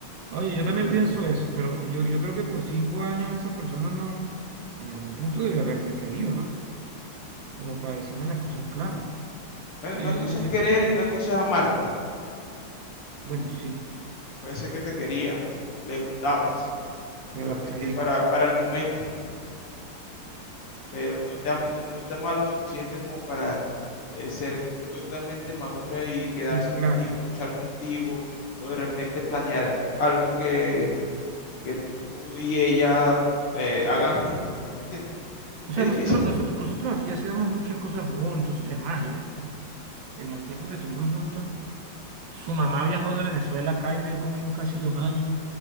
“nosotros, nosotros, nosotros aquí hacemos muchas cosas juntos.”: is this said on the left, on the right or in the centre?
Right